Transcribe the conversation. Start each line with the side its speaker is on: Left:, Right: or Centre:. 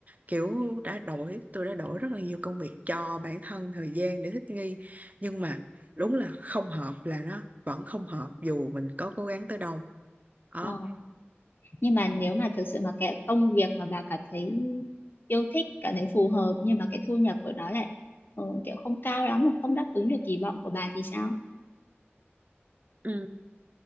Right: kiểu đã đổi tôi đã đổi rất là nhiều công việc cho bản thân thời gian để thích nghi nhưng mà đúng là không hợp là nó vẫn không hợp dù mình có cố gắng tới đâu đó
Left: Ờ. Nhưng mà nếu mà thực sự mà cái công việc mà bà cảm thấy yêu thích, cảm thấy phù hợp nhưng mà cái thu nhập của nó lại ờ, kiểu không cao lắm hoặc không đáp ứng được kỳ vọng của bà thì sao?
Right: Ừ,